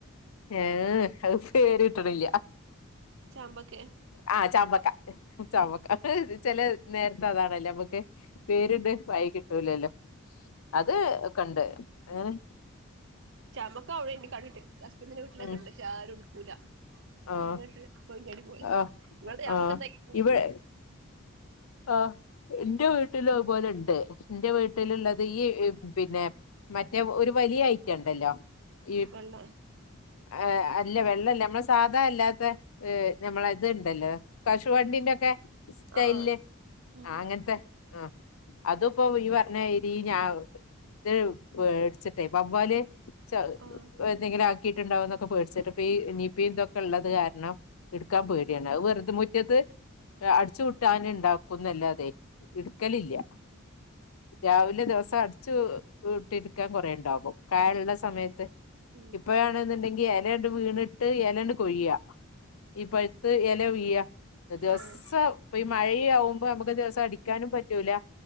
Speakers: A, on the left (about 80°); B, on the right (about 60°).
A: ഏഹ് അത് പേര് കിട്ട്ണില്ല
B: ചാമ്പക്കെ
A: ആഹ് ചാമ്പക്ക ചാമ്പക്ക
B: ഉം
A: ചെലെ നേര്ത്ത് അതാണല്ല അമ്മക്ക് പേര്ത് വായി കിട്ടൂലല്ലോ അത്ക്കെണ്ട് അങ്ങനെ
B: ചാമ്പക്ക അവിടെണ്ട് കണ്ടിട്ട് ഹസ്ബൻഡിന്റെ വീട്ടിലൊക്കെ
A: ഉം
B: ഉണ്ട് പക്ഷെ ആരു എടുക്കൂല
A: ആഹ്
B: അങ്ങനെട്ട് കൊയ്ഞ്ഞാടി പോയി
A: ആഹ്
B: ഇങ്ങള് ചാമ്പക്ക
A: ആഹ്
B: എന്താക്കായിട്ട്ണ്ട്
A: ഇവ ആഹ് ഇന്റെ വീട്ടിലും അതുപോലെ ഉണ്ട് ഇന്റെ വീട്ടിലുള്ളത് ഈ പിന്നെ മറ്റേ ഒരു വലിയ ഐറ്റ ഇണ്ടല്ലോ ഈ
B: വെള്ള
A: ഏയ് അല്ല വെള്ളല്ല നമ്മളെ സാധാ അല്ലാത്തെ ഏഹ് നമ്മള ഇത്ണ്ടല്ലോ കശുവണ്ടിന്റെക്കെ സ്റ്റൈലില്
B: ആഹ് ആഹ് ഉം
A: ആഹ് അങ്ങൻത്തെ ആഹ് അത് ഇപ്പോ ഈ പർഞ്ഞാതിരി ഞാ ഇത് പേട്ച്ചിട്ടെ വവ്വാല് ചാഹ്
B: ആഹ്
A: ഏ എന്തെങ്കിലും ആക്കിട്ടുണ്ടാകും എന്നൊക്കെപേടിച്ചിട്ട് ഇപ്പൊ ഈ നിപ്പി ഇതൊക്കെ ഉള്ളത് കാരണം എടുക്കാൻ പേടിയാണ് വെറുതെ മുറ്റത്ത് അടിച്ചു കൂട്ടാന് ഇണ്ടാക്ക് ക്കും ന്നല്ലാതെ ഇട്ക്കലില്ല്യ രാവിലെ ദിവസം അടിച്ചു വിട്ടിരിക്കാൻ കൊറേണ്ടാകും കായള്ള സമയത്ത്
B: ഉം
A: ഇപ്പഴാണ്ന്നുണ്ടെങ്കി എലേണ്ട് വീണിട്ട് എലെണ്ട് കൊഴിയാ ഈപ്പഴ്ത്ത് എല വീഴാ ദിവസം
B: ആഹ്
A: ഇപ്പൊ ഈ മഴിയാവും ഇപ്പ അമ്മക്ക് ദിവസം അടിക്കാനും പറ്റൂല